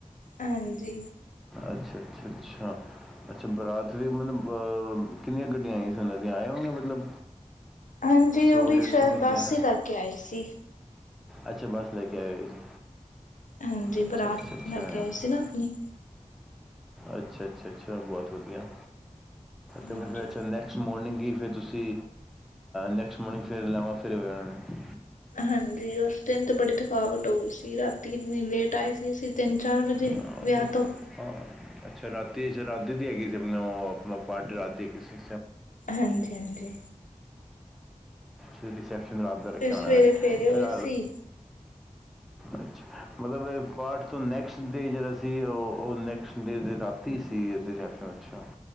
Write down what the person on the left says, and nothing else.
ਹਾਂਜੀ।
ਹਾਂਜੀ
ਉਹ ਵੀ
ਸ਼ਾਇਦ
ਬਸ
ਹੀ ਕਰ ਕੇ ਆਏ ਸੀ।
ਹਾਂਜੀ
ਬਰਾਤ
ਲੈ ਕੇ ਆਈ ਸੀ ਨਾ ਆਪਣੀ।
ਹਾਂਜੀ
ਹਾਂਜੀ ਉਸ ਦਿਨ ਤੇ ਬੜੀ ਥਕਾਵੱਟ ਹੋ ਗਈ ਸੀ ਰਾਤੀ ਇੰਨੀ ਲੇਟ ਆਈ ਸੀ ਅਸੀ ਤਿੰਨ ਚਾਰ ਵਜੇ।
ਵਿਆਹ
ਤੋਂ।
ਹਾਂਜੀ ਹਾਂਜੀ।
ਫਿਰ ਸਵੇਰੇ
ਫੇਰੇ ਹੋਏ
ਸੀ